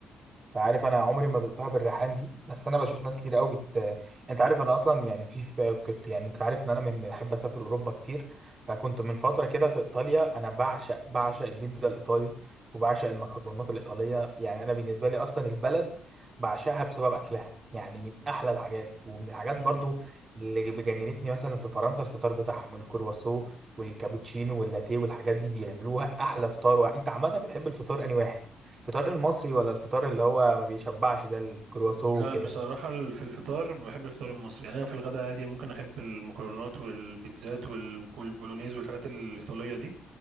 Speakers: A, on the right; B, on the right.
A: عارف انا عمري ما دقتها بالريحان دي بس انا بشوف ناس كتير قوي بت انت عارف انا اصلا يعني في في- كنت يعني انت عارف ان انا من بحب اسافر اوروبا كتير فكنت من فتره كده في ايطاليا انا بعشق بعشق البيتزا الايطالي وبعشق المكرونات الايطاليه يعني انا بالنسبه لي اصلا البلد بعشقها بسبب اكلها يعني من احلى الحاجات ومن الحاجات برضو
B: مم.
A: اللي بجننتني مثلا في فرنسا الفطار بتاعهم الكرواسو والكابتشينو واللاتيه والحاجات دي بيعملوها احلى فطار انت عامه بتحب الفطار انهي واحد الفطار المصري ولا الفطار اللي هو ما بيشبعش ده الكرواسون
B: لا
A: وكده
B: بصراحة ال- في الفطار بحب الفطار المصري يعني أنا في الغداء عادي ممكن أحب المكرونات والبيتزات وال- والبولونيز والحاجات الإيطالية دي